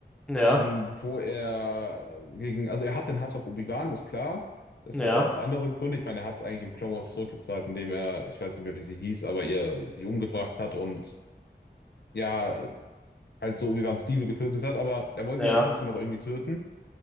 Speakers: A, in the centre; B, on the left (about 65°).
A: Ja,
B: ähm, wo er äh, gegen, also er hat den Hass auf Obi-Wan, ist klar. Das
A: ja,
B: hatte auch andere Gründe. Ich meine, er hat es eigentlich in Clone Wars zurückgezahlt, indem er, ich weiß nicht mehr, wie sie hieß, aber ihr sie umgebracht hat und ja, halt so Obi-Wans Liebe getötet hat, aber er wollte
A: ja,
B: ihn ja trotzdem noch irgendwie töten.